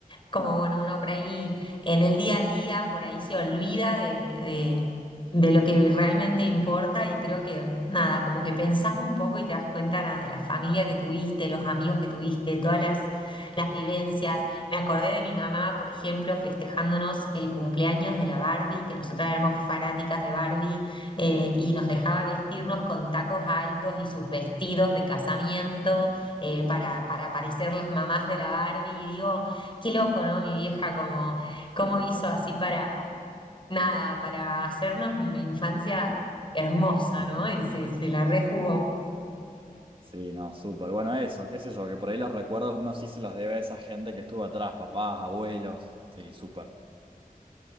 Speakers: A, on the left (about 35°); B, on the right (about 35°).
A: como bueno, uno por ahí en el día a día, por ahí se olvida de, de, de lo que realmente importa y creo que nada, como que pensás un poco y te das cuenta nada, de la familia que tuviste, los amigos que tuviste, de todas las, las vivencias. Me acordé de mi mamá, por ejemplo, festejándonos el cumpleaños de la Barbie, que nosotras éramos fanáticas de Barbie eh, y nos dejaba vestirnos con tacos altos y sus vestidos de casamiento eh, para, para parecer las mamás de la Barbie. Y digo, Qué loco, ¿no? Mi vieja, como, cómo hizo así para, nada, para hacernos una infancia hermosa,
B: <laughs>
A: ¿no? Y se, se la rejugó.
B: Sí, no, súper. Bueno, eso, qué sé yo, que por ahí los recuerdos uno sí se los debe a esa gente que estuvo atrás, papás, abuelos. Sí, súper.